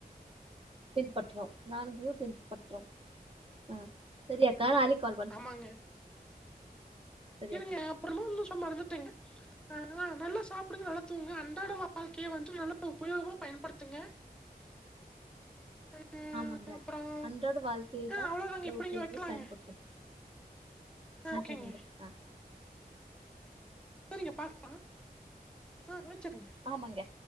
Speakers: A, on the right; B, in the centre.
A: பின்பற்றோம் நானுக்கு பின்பற்றோ ஆ சரியாக்கா நாளைக்கு கால் பண்றே
B: ஆமாங்க.
A: சரி
B: இருங்க
A: அக்கா
B: அப்பறமா ஒண்ணு சொன்னாருங்க டேங்க ஆ நல்லா சாப்பிடுங்க நல்லா தூங்குங்க அன்றாட வாழ்க்கைய வந்துட்டு நல்லா உபயோகமா பயன்படுத்துங்க <inaudible>
A: ஆமாங்க
B: அப்புறம்
A: அன்றாட வாழ்க்கையதா
B: ஆஹ் அவ்வளவுதாங்க
A: அளவுக்கு
B: இப்படிங்க
A: அதிகமா
B: வைக்கலாங்க
A: பயன்படுத்தணு
B: ஆஹ்
A: ஆ
B: ஓகேங்க
A: சரிங்க ஆ
B: சரிங்க பாக்கலா ஆ வச்சுருங்க
A: ஆமாங்க